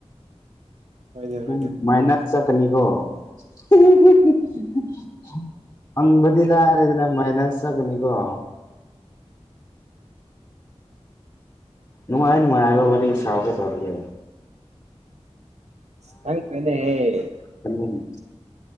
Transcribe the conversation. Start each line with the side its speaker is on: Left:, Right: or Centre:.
Right: ꯍꯣꯏꯗ ꯍꯣꯏꯗ
Left: ꯎꯝ ꯃꯥꯏꯅꯁ ꯆꯠ ꯀꯅꯤꯀꯣ ꯍꯤ ꯍꯤ ꯍꯤ ꯍꯤ ꯍꯤ ꯐꯪꯕꯗꯤ ꯂꯥꯏꯔꯗꯅ ꯃꯥꯏꯅꯁ ꯆꯠꯀꯅꯤꯀꯣ ꯎꯝ ꯅꯨꯡꯉꯥꯏꯅ ꯅꯨꯡꯉꯥꯏꯕ ꯋꯥꯔꯤ ꯁꯥꯎ ꯀꯩꯇꯧꯔꯒꯦ
Right: ꯈꯪꯇ꯭ꯔꯦꯅꯦꯍꯦ
Left: ꯂꯥꯡꯒꯅꯨ